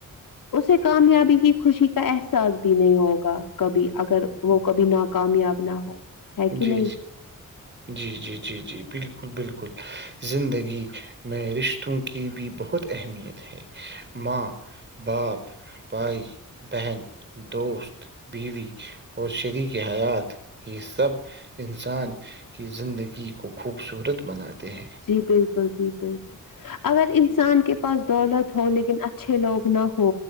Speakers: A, on the left; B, on the right.
A: اسے کامیابی کی خوشی احساس بھی نہیں ہوگا کبھی اگر وہ کبھی ناکامیاب نہ ہو ہے کہ
B: جی
A: نہیں
B: جی جی جی ج جی جی بالکل بالکل زندگی میں رشتوں کی بھی بہت اہمیت ہے ماں باپ بھائی بہن دوست بیوی اور شریک حیات یہ سب انسان کی زندگی کو خوبصورت بناتے ہیں
A: جی بالکل جی بالکل اگر انسان کے پاس لالہ تھ ل <unintelligible> اچھے لوگ نہ ہ